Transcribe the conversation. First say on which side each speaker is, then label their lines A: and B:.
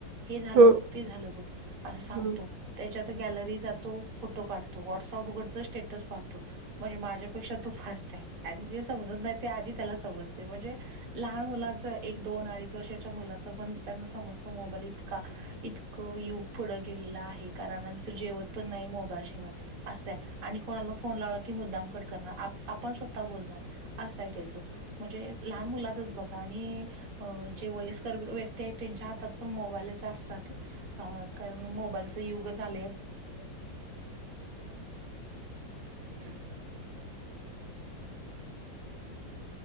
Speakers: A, on the right (about 50°); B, on the right (about 80°).
A: हे झालं
B: हो
A: बघ ते झालं बघ असं सांगतो.
B: हम्म.
A: त्याच्यात गॅलरी जातो. फोटो काढतो व्हॉट्सअप उघडतो स्टेटस पाहतो म्हणजे माझ्यापेक्षा तू फास्ट आहे. आणि जे समजत नाही ते आधी त्याला समजते म्हणजे लहान मुलाचं एक दोन अडीच वर्षाच्या मुलाचं पण त्यांना समजतो मोबाईल इतका इतकं युग पुढं गेलेलं आहे कारण तू जेवत पण नाही. मोबाईल शिवाय असं आणि कोणाला फोन लावला. की मुद्दाम कट करणार आपण स्वतः बोलणार असाय त्याच म्हणजे लहान मुलाचच बघा आणि अ जे वयस्कर व्यक्ती आहेत त्यांच्या हातात पण मोबाईलच असतात. अ कारण मग मोबाईलच युग आलेय
B: <unintelligible>